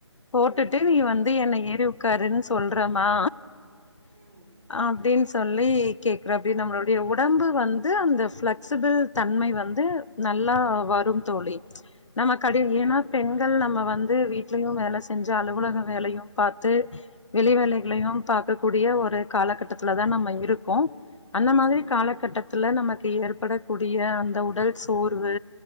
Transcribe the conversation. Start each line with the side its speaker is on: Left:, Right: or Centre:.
Left: போட்டுட்டு
Right: ஆ
Left: நீ வந்து என்னை எ ழுப்பி உக்காருன்னு சொல்றமா
Right: ம்
Left: அப்டின் சொல்லி கேக்கிறாப்டி நம்ளுடைய உடம்பு வந்து அந்த பிளெக்சிபிள் தன்மை வந்து நல்லா வரும் தோழி ப்ச் நம்ம
Right: ம்
Left: கடி ஏனா பெண்கள் நம்ம வந்து வந்து வீட்லயு வேலை செஞ்சு அலுவலக வேலையு பா த்து வெளி
Right: ம்
Left: வேலைகளையு பாக்கக்கூடிய ஒரு காலகட்டத்துலதா நாம் இருக்கோ அந்த
Right: நிச்சயமா
Left: மாரி காலகட்டத் துல நமக்கு ஏற்படக்கூடிய அந்த உடல் சோர்வு